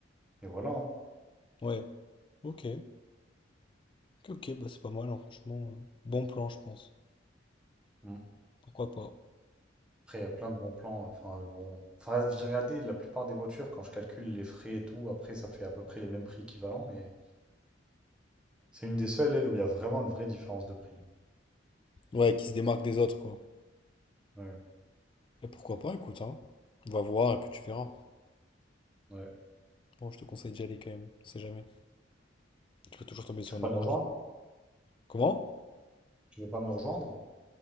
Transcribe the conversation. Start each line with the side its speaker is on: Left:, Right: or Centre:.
Centre: et voilà. hein.
Left: Ouais, ok. Ok, ok, bah c'est pas mal, hein, franchement. euh, bon plan, je pense.
Centre: Mm.
Left: Pourquoi pas?
Centre: Après, il y a plein de bons plans. Enfin, euh, bon. Enfin, j'ai regardé la plupart des voitures, quand je calcule les frais et tout, après ça fait à peu près les mêmes prix équivalents, mais c'est une des seules, elle, où il y a vraiment une vraie différence de prix.
Left: Ouais, qui se démarque des autres, quoi.
Centre: Ouais,
Left: Et pourquoi pas, écoute, hein. On va voir et puis tu verras.
Centre: ouais.
Left: Bon, je te conseille d'y aller quand même, on sait jamais. Tu peux toujours tomber sur
Centre: Tu veux
Left: une
Centre: pas
Left: bonne.
Centre: me rejoindre?
Left: Comment?
Centre: Tu veux pas me rejoindre?